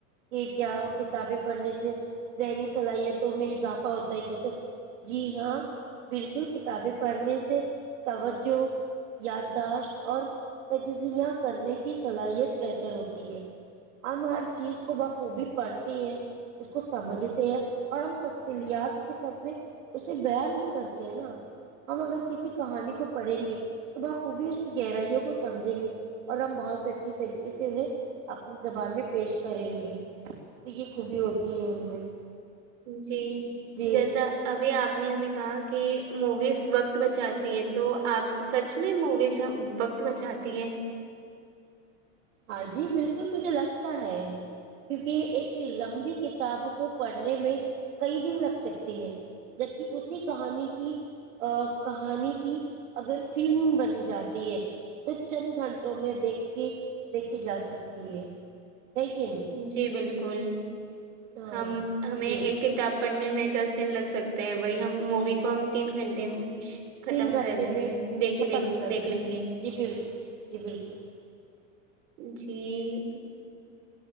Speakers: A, on the right; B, on the right.
A: کہ کیا کتابیں پڑھنے سے ذہنی صلاحیتوں میں اضافہ ہوتا کہ تو جی ہاں بالکل کتابیں پڑھنے سے توجہ یادداشت اور تجزیہ کرنے کی صلاحیت بہتر ہوتی ہے ہم ہر چیز کو بخوبی پڑھتے ہیں کو سمجھتے ہیں اور ہم تفصیلیات کے ساتھ میں اسے بیان بھی کرتے ہیں نا ہم اگر کسی کہانی کو پڑھیں گے تو بخوبی اس کی گہرائیوں کو سمجھیں گے اور ہم بہت اچھی طریقے سے انہیں اپنی زبان میں پیش کریں گے تو یہ خوبی ہوتی تی میں
B: جی
A: جی
B: جیسا ابھی آپ آپ نے ہمیں کہا کہ موویز وقت بچاتی ہے تو آپ سچ میں موویز وقت بچاتی ہے
A: ہاں جی بالکل مجھے لگتا ہے کیونکہ ایک لمبی کتاب کو پڑھنے میں کئی دن لگ سکتے ہیں جبک اسی کہانی کی کہانی کی اگر فلم بن جاتی ہے تو چند گھنٹوں میں دیکھ کے دیکھی جا سکتی ہے ہے کہ نہیں
B: جی بالکل کل
A: ہاں
B: ہم ہمیں ایک
A: جی
B: کتاب پڑھنے میں دس دن لگ سکتے ہیں بائی ہم مووی کو ہم تین گھنٹے میں ختم
A: تین گھنٹے
B: کر دیں
A: میں
B: گے دیکھے
A: ختم
B: دیکھ
A: کر
B: دیکھ
A: دیں
B: لیں
A: گے جی بالکل جی بالکل جی
B: جی